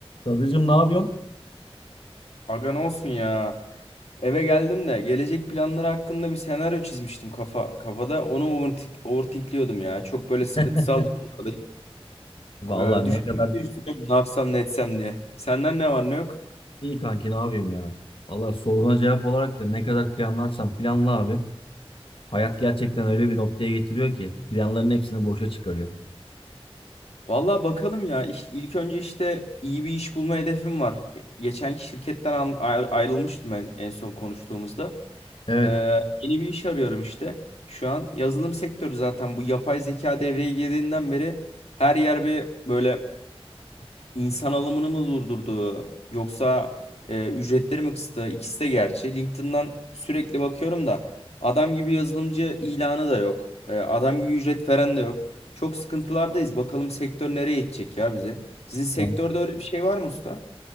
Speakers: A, on the left; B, on the left.
A: Sadıcığım ne yapıyorsun?
B: Aga ne olsun ya. Eve geldim de gelecek planları hakkında bir senaryo çizmiştim kafa kafada. Onu overthink- overthinkliyordum ya. Çok böyle sıkıntısal
A: <laughs>
B: durumlardayım.
A: Vallahi
B: Ee, düşündükçe
A: ne kadar
B: düşünüyorum ne yapsam ne etsem diye. Senden ne var ne yok?
A: iyi kanki ne yapayım ya. Vallahi soruna cevap olarak da ne kadar planlarsan planla abi. Hayat gerçekten öyle bir noktaya getiriyor ki planların hepsini boşa çıkarıyor.
B: Vallahi bakalım ya. İş, ilk önce işte iyi bir iş bulma hedefim var. Ge- Geçenki şirketten an- ayr- ayrılmıştım en, en son konuştuğumuzda.
A: Evet.
B: Ee, yeni bir iş arıyorum işte. Şu an yazılım sektörü zaten bu yapay zeka devreye girdiğinden beri her yer bir böyle insan alımını mı durdurdu yoksa e, ücretleri mi kıstı? İkisi de gerçi. LinkedIn'dan sürekli bakıyorum da adam gibi yazılımcı ilanı da yok. E, adam gibi ücret veren de yok. Çok sıkıntılardayız. Bakalım sektör nereye gidecek ya bizi. Sizin sektörde
A: Kan-
B: öyle bir şey var mı usta?